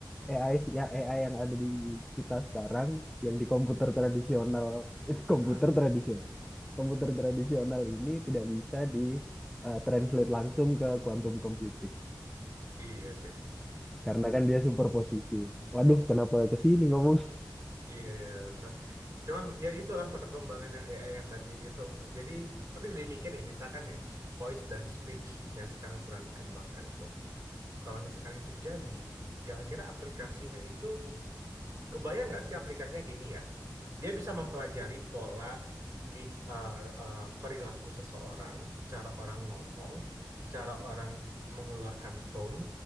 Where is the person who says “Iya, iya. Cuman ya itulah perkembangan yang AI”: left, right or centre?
Right